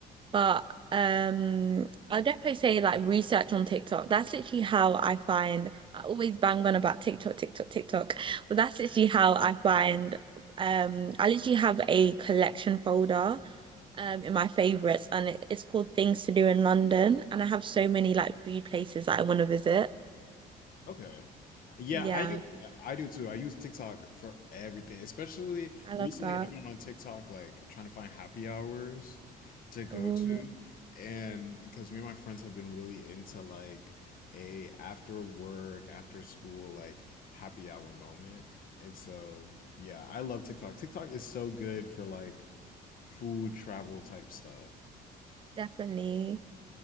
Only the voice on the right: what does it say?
But um I'll definitely say like research on TikTok. That's literally how I find I always bang on about TikTok, TikTok, TikTok. But that's literally how I find um I literally have a collection folder um in my favorites and it, it's called Things to Do in London and I have so many like food places that I want to visit.
Yeah,
I
love that.
Oh,
definitely.